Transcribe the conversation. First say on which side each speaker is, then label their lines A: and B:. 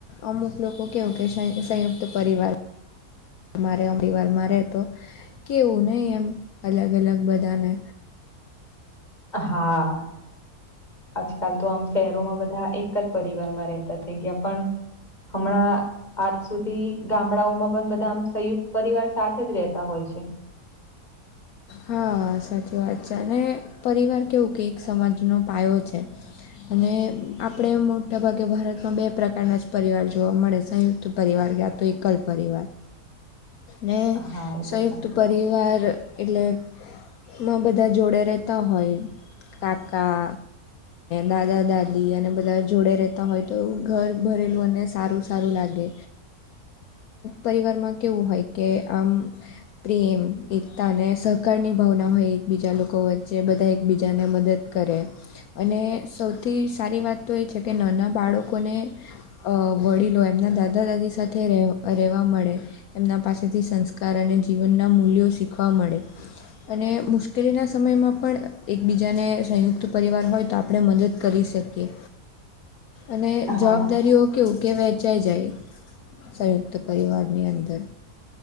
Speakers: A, on the left (about 70°); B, on the left (about 25°).
A: અમુક લોકો કેવું કે સંયુક્ત પરિવાર અરે અમરીવારમાં રહેતો કેવું નહી એમ અલગ અલગ બધાને
B: હા આજકાલ તો આમ શહેરોમાં બધા એકલ પરિવારમાં રહેતા હતા. થઈ ગયા પણ હમણાં આજ સુધી ગામડાઓમાં પણ બધા આ સંયુક્ત પરિવાર સાથે જ રહેતા હોય છે.
A: હા સાચી વાત છે અને પરિવાર કેવું કેક સમાજનો પાયો છે અને આપણે મોટાભાગે ભારતમાં બે પ્રકારના જ પરિવાર જોવા મળે સંયુક્ત પરિવાર ગયા તો એક કલ પરિવાર ને
B: હા એ
A: સંયુક્ત
B: તો સાચી
A: પરિવાર
B: વાત છે
A: એટલે માં બધા જોડે રહેતા હોય કાકા દાદા દાદી અને બધા જોડે રહેતા હોય, તો ઘર ભરેલું અને સારું સારું લાગે પરિવારમાં કેવું હોય કે આમ પ્રેમ એકતા અને સહકારની ભાવના હોય એકબીજા લોકો વચ્ચે બધા એકબીજાને મદદ કરે અને સૌથી સારી વાત તો એ છે, કે નાના બાળકોને અ વડીલો એમના દાદા દાદી સાથે રહે રહેવા મળે એમના પાસે સાથેથી સંસ્કાર અને જીવનના મૂલ્યો શીખવા મળે અને મુશ્કેલીના સમયમાં પણ એકબીજાને સંયુક્ત પરિવાર હોય તો આપણે મદદ કરી શકીએ અને
B: હા
A: જવાબદારીઓ કેવું કે વહેંચાઈ જાય સંયુક્ત પરિવારની અંદર